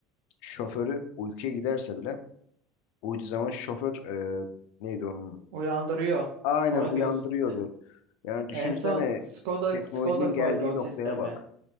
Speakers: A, on the left; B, on the right.
A: şoförü uykuya giderse bile uyuduğu zaman şoför e, neydi onun?
B: Uyandırıyor.
A: Aynen
B: Ona
A: uyandırıyordu.
B: diyorsun.
A: Yani düşünsene
B: En son Skoda
A: teknolojinin
B: Skoda koydu
A: geldiği
B: o
A: noktaya
B: sistemi.
A: bak.